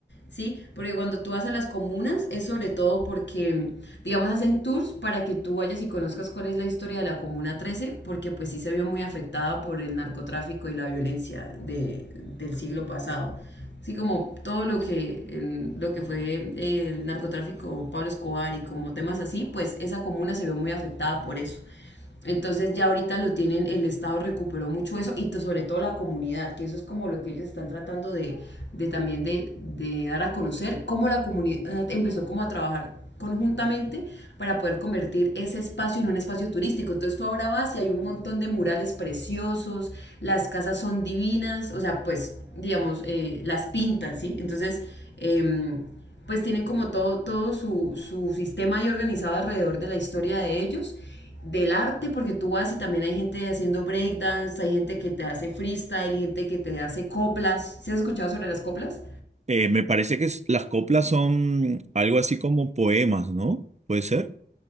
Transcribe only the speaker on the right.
Eh, me parece que es- las coplas son algo así como poemas, ¿no? Puede ser.